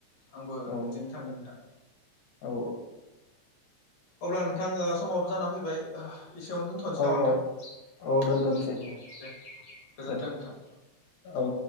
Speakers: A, on the left; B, on the left.
A: आंबो
B: औ
A: बिदिनो थांगोन नोंथां।
B: औ
A: अब्ला नोंथां ओ समाबो जाना फैबाय। एसेयावनो दोनथ'नोसै
B: औ
A: नामा नोंथां
B: औ औ दोनथ'नोसै
A: दे गोजोनथों
B: दे
A: नोंथां।
B: औ